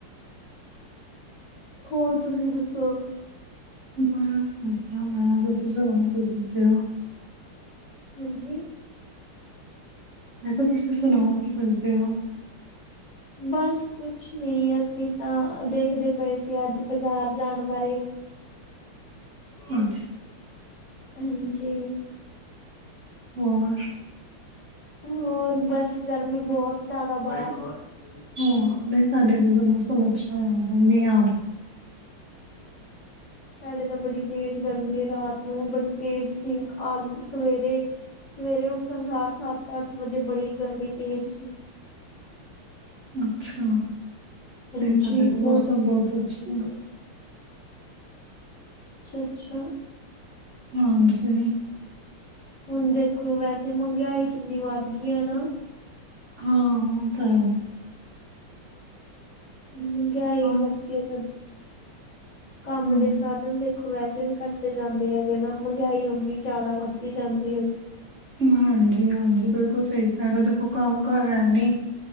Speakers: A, on the left (about 40°); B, on the right (about 30°).
A: ਹੋਰ ਤੁਸੀਂ ਦੱਸੋ?
B: ਬਸ ਮੇ ਸੁਤੀ ਹਾ ਰਾਊਂਡ ਕੀ ਕੀਤੇ ਹੋ।
A: ਹਾਂਜੀ।
B: ਮੈਂ ਕਿਹਾ ਤੁਸੀਂ ਸੁਣਾਓ ਕੀ ਕਰ ਦੇ ਹੋ।
A: ਬਸ ਕੁਛ ਨਹੀਂ ਅਸੀਂ ਤਾਂ ਦੇਖਦੇ ਪਏ ਸੀ ਅੱਜ ਬਜ਼ਾਰ ਜਾਣ ਬਾਰੇ
B: ਅੱਛਾ।
A: ਹਾਂਜੀ
B: ਹੋਰ।
A: ਹੋਰ ਬਸ ਗਰਮੀ ਬਹੁਤ ਜ਼ਿਆਦਾ ਬਾਹਰ
B: ਹਾਂ ਨਹੀਂ ਸਾਡੇ ਉਦ ਦਾ ਮੌਸਮ ਅੱਛਾ ਆ ਮੀਂਹ ਆ ਬਸ
A: ਤੁਹਾਡੇ ਤਾਂ ਬੜੀ ਤੇਜ਼ ਗਰਮੀ ਰਾਤ ਨੂੰ ਬੜੀ ਤੇਜ਼ ਸੀ ਆ ਸਵੇਰੇ, ਸਵੇਰੇ ਉਠ ਉੱਠਣ ਸਾਰ ਸੱਤ ਅੱਠ ਵਜੇ ਬੜੀ ਗਰਮੀ ਤੇਜ਼ ਸੀ।
B: ਅੱਛਾ
A: ਹਾਂਜੀ
B: ਨਹੀਂ ਸਾਡੇ ਤੇ
A: ਹੁਣ
B: ਮੌਸਮ ਬਹੁਤ ਅੱਛਾ ਹੈ।
A: ਅੱਛਾ, ਅੱਛਾ
B: ਹਾਂਜੀ।
A: ਹੁਣ ਦੇਖੋ ਵੈਸੇ ਮਹਿੰਗਾਈ ਕਿੰਨੀ ਵੱਧ ਗਈ ਹੈਨਾ।
B: ਹਾਂ ਉਹ ਤਾਂ ਹੈ।
A: ਮਹਿੰਗਈ
B: ਹਾਂ
A: ਕਰਕੇ ਤਾਂ ਕੰਮ
B: ਹਮ
A: ਦੇ ਸਾਧਨ ਦੇ ਵੈਸੇ ਵੀ ਘੱਟਦੇ ਜਾਂਦੇ ਹੈਗੇ ਨਾ, ਮਹਿੰਗਾਈ ਉਨੀ ਜ਼ਿਆਦਾ ਵੱਦੀ ਜਾਂਦੀ ਹੈਗੀ।
B: ਹਾਂਜੀ, ਹਾਂਜੀ ਬਿਲਕੁਲ ਸਹੀ ਕਹਿ ਰਿਹਾ ਹੋ ਕੰਮ ਕਾਰ ਹੈਨੀ।